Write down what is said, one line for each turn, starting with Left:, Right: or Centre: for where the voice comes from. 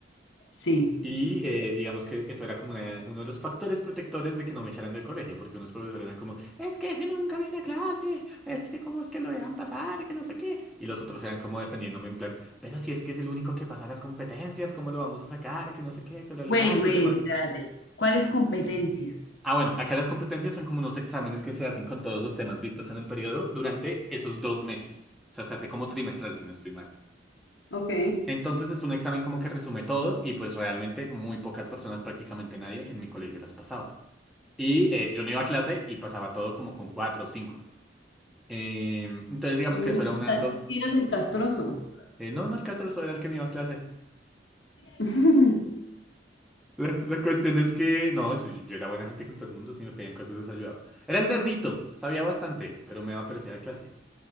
Left: sí.
Centre: Y eh, digamos que eso era como una- uno de los factores protectores de que no me echaran del colegio, porque unos profesores eran como, es que ese nunca viene a clase, es que cómo es que lo dejan pasar, que no sé qué. Y los otros eran como defendiéndome en plan, pero si es que es el único que pasa las competencias, ¿cómo lo vamos a sacar? Que no sé qué, que bla, bla,
Left: Wait,
Centre: bla, los
Left: wait,
Centre: demás.
Left: espérate. ¿Cuáles competencias?
Centre: Ah, bueno, acá las competencias son como unos exámenes que se hacen con todos los temas vistos en el periodo durante esos dos meses. O sea, se hace como trimestral, si no estoy mal.
Left: Ok.
Centre: Entonces es un examen como que resume todo y pues realmente muy pocas personas, prácticamente nadie en mi colegio las pasaba. Y eh, yo no iba a clase y pasaba todo como con cuatro o cinco. Eh, entonces digamos
Left: No,
Centre: que eso
Left: o
Centre: era una
Left: sea,
Centre: de los...
Left: si eras el castroso.
Centre: eh, no, no, el caso era el que no iba a clase.
Left: <laughs>
Centre: La, la cuestión es que, no, yo, yo era buena gente con todo el mundo, si me pedían cosas desayudado. Era el nerdito, sabía bastante, pero me daba pereza ir a clase.